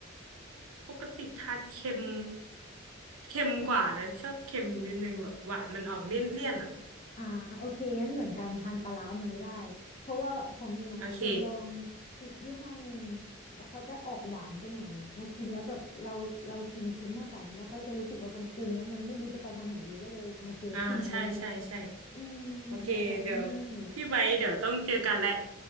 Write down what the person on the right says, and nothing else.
ปกติทานเค็มเค็มกว่าเลยชอบเค็มนิดนึงแบบหวานมันออกเลี่ยนๆอ่ะ
โอเค
อ่าใช่ใช่ใช่
โอเคเดี๋ยว
พี่ไว้เดี๋ยวต้องเจอกันแหละ